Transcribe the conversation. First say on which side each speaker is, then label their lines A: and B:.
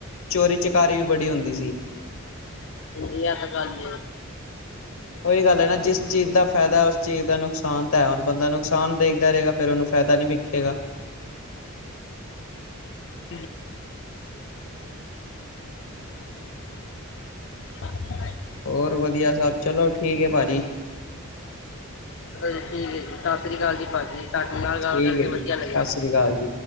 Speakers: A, on the left (about 75°); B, on the left (about 60°).
A: ਚੋਰੀ ਚਕਾਰੀ ਵੀ ਬੜੀ ਹੁੰਦੀ ਸੀ।
B: ਇੰਨੀ ਐ ਤੇ ਗੱਲ ਏ
A: ਉਹੀ ਗੱਲ ਹੈ ਨਾ, ਜਿਸ ਚੀਜ਼ ਦਾ ਫਾਇਦਾ ਉਸ ਚੀਜ਼ ਦਾ ਨੁਕਸਾਨ ਤਾਂ ਹੈ, ਹੁਣ ਬੰਦਾ ਨੁਕਸਾਨ ਦੇਖਦਾ ਰਹੇਗਾ ਫਿਰ ਉਹਨੂੰ ਫਾਇਦਾ ਨੀ ਵਿਖੇਗਾ
B: <inaudible> <inaudible>
A: <unintelligible>
B: <unintelligible>
A: ਹੋਰ ਵਧੀਆ ਸਭ, ਚਲੋ ਠੀਕ ਹੈ ਭਾਜੀ।
B: ਠੀਕ ਹੈ ਜੀ, ਸਤਿ ਸ਼੍ਰੀ ਅਕਾਲ ਜੀ ਭਾਜੀ ਤੁਹਾਡੇ ਨਾਲ ਗਲ
A: ਠੀਕ
B: ਕਰਕੇ
A: ਹੈ
B: ਵਧੀਆ
A: ਜੀ
B: ਲੱਗਿਆ।
A: ਸਤਿ ਸ੍ਰੀ ਅਕਾਲ ਜੀ